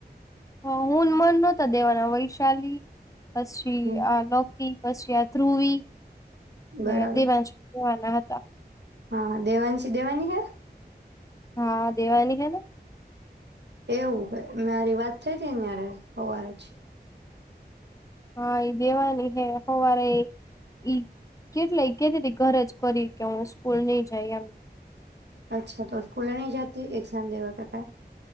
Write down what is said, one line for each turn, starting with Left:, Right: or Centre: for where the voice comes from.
Left: હ હુંન મનુ નહોતા દેવાના વૈશાલી પછી
Right: હમ
Left: આ લૌકિક. પછી આ ધ્રુવી. ને
Right: બરાબર
Left: દિવાશ કુવા <unintelligible>
Right: હા દેવાંશી દેવાની હે.
Left: હા દેવાની હે ને.
Right: એવું હો મારી વાત થઈ હતી ન્યારે હવારે જ.
Left: હા એઈ દેવાની હે સવારે ઈ કેટલા કેતી ઘર જ કરી કે હું સ્કૂલ નઈ જાય એમ.
Right: અચ્છા તો સ્કૂલે ન જતી એઝામ દેવા કરતા.